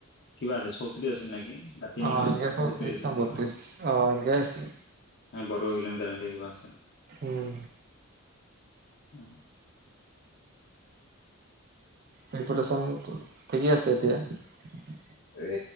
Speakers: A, on the left; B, on the right.
A: কিবা আছে চৌত্ৰিশ আছিল নেকি? ন তিনিশ
B: অ এনেকে চৌত্ৰিশ
A: টোটেল আছিল
B: ন বত্ৰিশ
A: কিবা
B: অ এনেকে আছিল
A: বাৰ কিলোমিটাৰ এনেকে কিবা আছিল।
B: উম
A: অ
B: প্ৰিপেৰেচনটো ঠিকেই আছে এতিয়া
A: এ